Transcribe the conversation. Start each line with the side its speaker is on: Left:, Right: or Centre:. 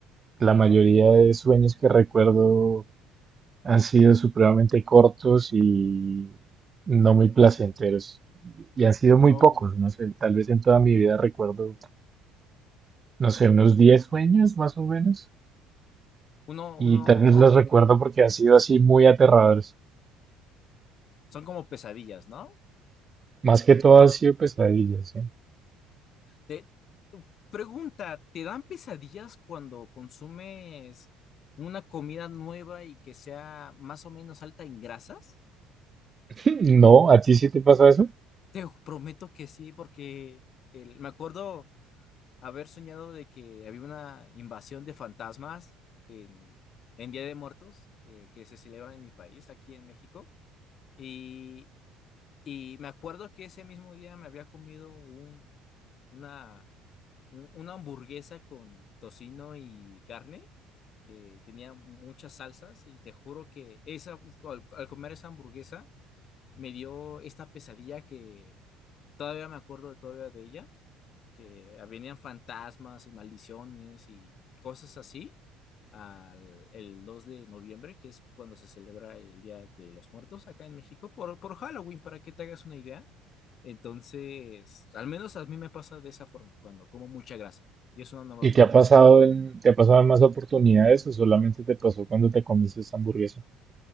Right: la mayoría de sueños que recuerdo Han sido supremamente cortos y no muy placenteros. Y han sido muy
Left: O
Right: pocos, no sé, tal vez en toda mi vida recuerdo, no sé, unos 10 sueños más o menos.
Left: uno,
Right: Y
Left: uno,
Right: tal vez
Left: oh,
Right: los
Left: ok.
Right: recuerdo porque han sido así muy aterradores.
Left: Son como pesadillas, ¿no?
Right: Más que todo han sido pesadillas, ¿sí?
Left: Te, pregunta, ¿te dan pesadillas cuando consumes una comida nueva y que sea más o menos alta en grasas?
Right: <clears throat> <laughs> No, ¿a ti sí te pasa eso?
Left: Te prometo que sí, porque el- me acuerdo haber soñado de que había una invasión de fantasmas en, en Día de Muertos, eh, que se celebra en mi país, aquí en México, y, y me acuerdo que ese mismo día me había comido un, una un- una hamburguesa con tocino y carne que tenía muchas salsas y te juro que esa, al, al comer esa hamburguesa me dio esta pesadilla que todavía me acuerdo de, todavía de ella, que venían fantasmas y maldiciones y cosas así al, el 2 de noviembre, que es cuando se celebra el Día de los Muertos acá en México, por, por Halloween, para que te hagas una idea. Entonces, al menos a mí me pasa de esa forma, cuando como mucha grasa. Y es una nueva
Right: ¿Y
Left: comida.
Right: te ha pasado en, te ha pasado en más oportunidades o solamente te pasó cuando te comiste esta hamburguesa?